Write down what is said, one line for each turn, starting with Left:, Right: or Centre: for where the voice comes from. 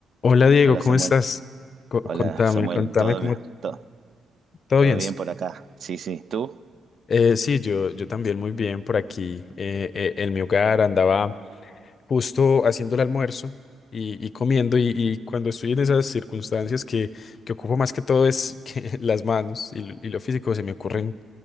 Left: Hola Diego,
Right: Hola
Left: ¿cómo
Right: Samuel,
Left: estás? Co-
Right: hola
Left: contame,
Right: Samuel,
Left: contame
Right: todo
Left: cómo
Right: bien, todo,
Left: todo
Right: todo
Left: bien.
Right: bien por acá. Sí, sí, ¿tú?
Left: Eh, sí, yo, yo también muy bien por aquí. Eh, eh, en mi hogar andaba justo haciendo el almuerzo y, y comiendo y, y cuando estoy en esas circunstancias que, que ocupo más que todo es que <laughs> las manos y, lo y lo físico se me ocurren